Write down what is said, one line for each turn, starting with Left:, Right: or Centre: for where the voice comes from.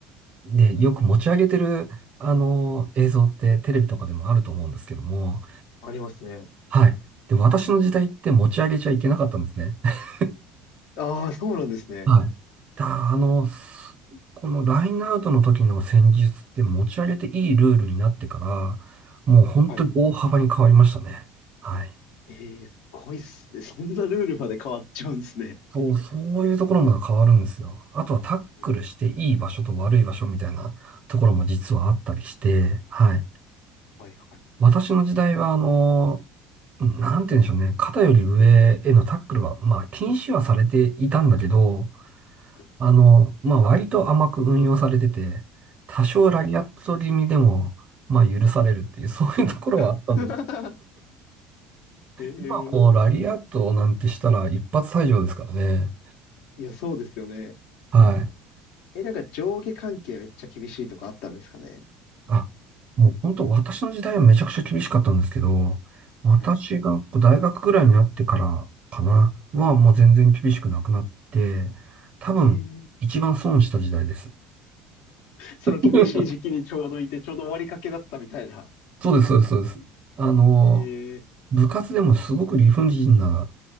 Right: で、よく持ち上げてる、あの、映像ってテレビとかでもあると思うんですけども、
Left: ありますね。
Right: はい。で、私の時代って持ち上げちゃいけなかったんですね。<laughs>
Left: ああ、そうなんですね。
Right: はい。だ、あの、すこのラインアウトの時の戦術って持ち上げていいルールになってから、もう本当に大幅に変わりましたね。
Left: はい
Right: はい。
Left: ええすごいっすね。そんなルールまで変わっちゃうんですね。
Right: そう、そういうところも変わるんですよ。あとはタックルしていい場所と悪い場所みたいな
Left: えー
Right: <laughs> ところも実はあったりして、はい。
Left: はいはい
Right: 私の時代は、あの、なんて言うんでしょうね。肩より上へのタックルは、まあ、禁止はされていたんだけど、
Left: はい。
Right: あの、まあ、割と甘く運用されてて、多少ラリアット気味でも、
Left: はいは
Right: まあ、許されるっていう、<laughs> そういうところはあったんです。
Left: い。<laughs>
Right: 今もうラリアットなんてしたら一発退場ですからね。
Left: ええいや、そうですよね。
Right: はい。
Left: え、なんか上下関係めっちゃ厳しいとかあったんですかね。
Right: あ、もう本当、私の時代はめちゃくちゃ厳しかったんですけど、私がこう大学ぐらいになってからかな、
Left: はい
Right: はもう全然厳しくなくなって、多分、
Left: えー
Right: 一番損した時代です。
Left: その厳しい時期にちょうどいて、
Right: <laughs>
Left: ちょうど終わりかけだったみたいな。
Right: そうです、そうです、そうです。あの、
Left: ええ
Right: 部活でもすごく理不尽な